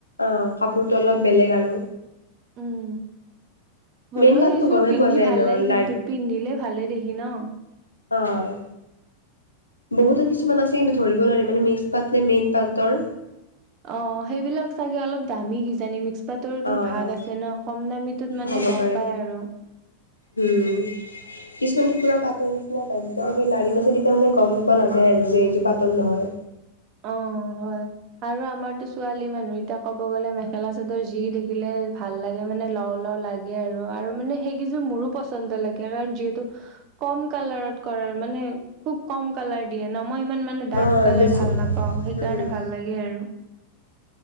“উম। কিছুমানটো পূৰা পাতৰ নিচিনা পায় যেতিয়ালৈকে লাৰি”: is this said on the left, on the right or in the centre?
Left